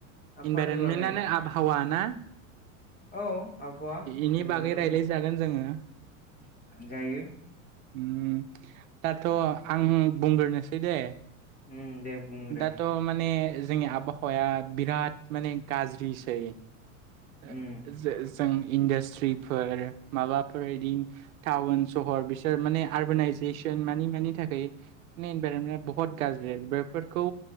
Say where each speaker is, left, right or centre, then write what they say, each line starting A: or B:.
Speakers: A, on the left (about 20°); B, on the right (about 70°).
A: आबहावानि
B: इनभाइरमेन्टआनो
A: बागै
B: आबहावा ना
A: औ आबहावा
B: इनि
A: इनभाइरनमेन्टखौनो
B: बागै रायलायजागोन जोङो
A: जायो
B: उम दाथ' आं बुंगोरनोसै दे
A: उम दे बुंग्रो
B: दाथ' माने जोंनि आबहावाया बिराद माने गाज्रिसै <inaudible>
A: उम
B: जे जों इन्डासट्रिफोर माबाफोर इदिन टाउन सहर बिसोर माने आरबनाइज जेशन मानि मानि थाखै माने इनभाइरनमेन्ट ब'होद गाज्रि बेफोरखौ